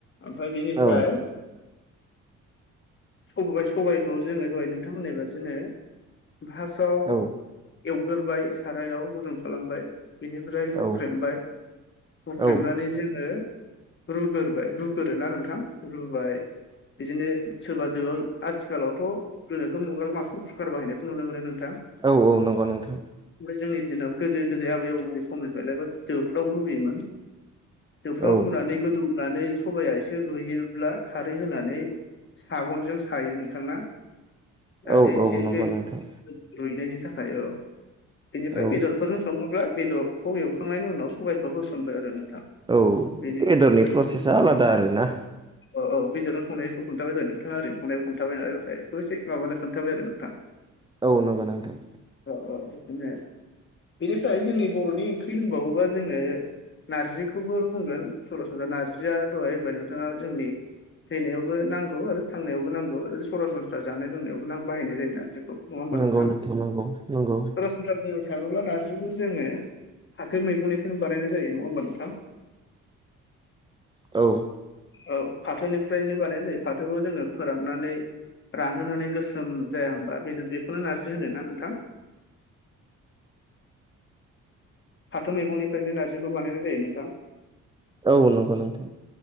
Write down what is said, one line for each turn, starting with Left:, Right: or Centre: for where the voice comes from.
Left: ओमफ्राय बिनिफ्राय
Right: औ
Left: सबाय सबायखौ जोङो दहाय नोंथांहोननायबादिनो फार्स्टआव
Right: औ
Left: एवग्रोबाय सारायाव गुदुं खालामबाय बेनिफ्राय
Right: औ
Left: हुख्रेमबाय हुख्रेमनानै
Right: औ
Left: जोङो रुग्रोबाय रुग्रो ना नोंथां रुबाय बिदिनो सोरबा दोआव आथिखालावथ' गोनोखौ मुगायाव बांसिन कुकार बाहायनायखौ नुनो मोनो नोंथां।
Right: औ औ नंगौ नोंथां।
Left: ओमफ्राय जोंनि दिनाव गोदो गोदाय आबै आबौनि समनिफ्रायलायबा दोफ्राव लुैयोमोन जोफ्राव
Right: औ
Left: रुनानै गोदौनानै सबाया एसे रुयोब्ला खारै होनानै सागनजों सायो नोंथांना दाथे
Right: औ
Left: एसे
Right: औ नंगौ
Left: बे
Right: नोंथां
Left: रुइनायनि थाखाय औ बेनिफ्राय
Right: औ
Left: बेदरफोरजों संनांगौ ना, बेदरखौ एवखांनायनि उनाव सबबायखौ होसनबाय आरो नोंथां।
Right: औ
Left: बेनि
Right: बेदरनि
Left: सबायखौ
Right: प्रसेसा आलादा आरोना
Left: औ औ गेजेरावसंनायखौ खोथाबाय जादों नोंथाङा ओरैंनाय संनायखौ खन्थाबायनालाय जाबायहाय बेखौ एसे माबानो खोनथाबाय आरो नोंथां। <inaudible>
Right: औ नंगौ नोंथां
Left: औ औ बेदिनो बेनिफ्राय जोंनि बर'नि ओंख्रि होनबावोबा जोङो नारजिखौ खौबो बुंगोन सरासनस्रा नारजिया दहाय होनबाय नोंथाङा जोंनि थैनायावबो नांगौ आरो थांनायावबो नांगौ आरो सरासनस्रा जानाय लोंनायावबो बाहायनाय जायो नारजिखौ। नङा होमबा
Right: नंगौ
Left: नोंथां
Right: नंगौ नंगौ
Left: सरासनस्रा बुंनो थाङोब्ला नार्जिखौ जोङो फाथो मैगंनिफ्रायनो बानायनाय जायो नङा होमबा नोंथां?
Right: औ
Left: औ फाथोनिफ्रायनो बानायनाय जायो फाथोखौ जोङो फोराननानै रानहोनानै गोसोम जाया होमबा बेनो बेखौनो नारजि होनो ना नोंथां? फाथो मैगंनिफ्रायनो नारजिखौ बानायनाय जायो नोंथां
Right: औ नंगौ नोंथां